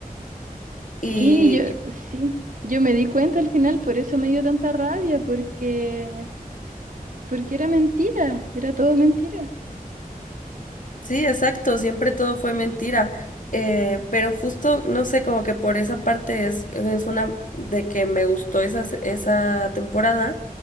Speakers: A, on the left; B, on the right.
A: Y,
B: Sí, yo,
A: y
B: sí, yo me di cuenta al final, por eso me dio tanta rabia, porque, porque era mentira, era todo mentira.
A: sí, exacto, siempre todo fue mentira. Eh, pero justo, no sé, como que por esa parte es, es una de que me gustó esa, esa temporada,